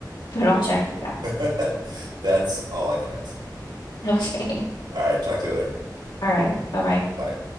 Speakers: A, on the left (about 75°); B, on the right (about 85°).
A: but I'll check it out.
B: <laughs>
A: <laughs>
B: That's all I can ask.
A: Okay.
B: All right, talk to you later.
A: All right. Bye-bye.
B: Bye.